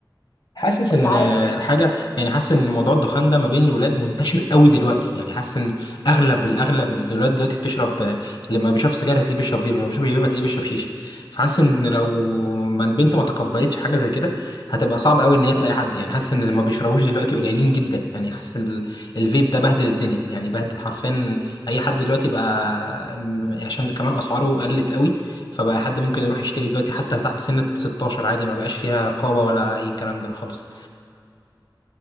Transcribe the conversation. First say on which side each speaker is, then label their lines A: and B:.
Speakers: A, on the left; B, on the left.
A: حاسس
B: ولا
A: ان
B: عادي بقى
A: الحاجه يعني حاسس ان موضوع الدخان ده ما بين الولاد منتشر قوي دلوقتي يعني حاسس ان اغلب الاغلب الولاد دلوقتي بتشرب لما بيشرب سجاير هتلاقيه بيشرب فيب لما بيشرب فيب هتلاقيه بيشرب شيشه فحاسس ان لو ما البنت ما تقبلتش حاجه زي كده هتبقى صعب قوي ان هي تلاقي حد يعني حاسس ان اللي ما بيشربوش دلوقتي قليلين جدا يعني حاسس ال- الفيب ده بهدل الدنيا يعني بهدل حرفيا اي حد دلوقتي بقى عشان كمان اسعاره قلت قوي فبقى حد ممكن يروح يشتري دلوقتي حتى تحت سن 16 عادي ما بقاش فيها رقابة ولا أي كلام ده خالص